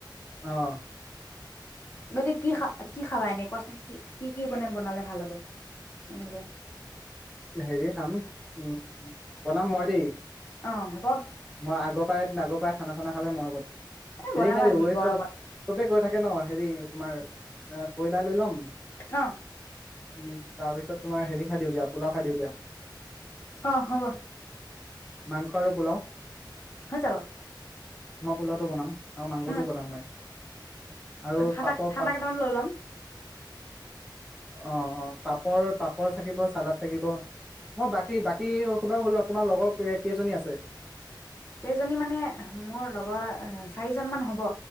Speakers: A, in the centre; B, on the left.
A: অ'।
B: বাকী কি খা-কি‌ খাবা এনে কোৱাচোন? কি কি, কি মানে বনালে ভাল হ'ব এনেকে।
A: হেৰি খাম উম, বনাম মই দেই
B: অ', হ'ব।
A: মই আগৰ পাই, আগৰ পাই খানা, চানা খালে ময়ে বনা
B: এ বনাবা তুমি গৰমত
A: <unintelligible> চবে থাকে ন হেৰি তোমাৰ এ, ব্ৰইলাৰ লৈ ল'ম
B: অ'
A: উম, তাৰ পিছত তোমাৰ হেৰি খাই দিওঁ দিয়া, পোলাও খাই দিওঁ দিয়া।
B: অ', হ'ব।
A: মাংস আৰু পোলাও
B: হৈ যাব
A: মই পোলাওটো বনাম আৰু মাংসটোও
B: উম
A: বনাম মই আৰু
B: ঠাণ্ডা
A: পাপৰ পাপ
B: কেইটামান লৈ লম
A: অ অ পাপৰ পাপৰ থাকিব চালাাদ থাকিব মই বাকী বাকী সলো তোমাৰ লগৰ কেইজনী আছে
B: কেইজনী মানে মোৰ লগৰ অ চাৰিজন মান হ'ব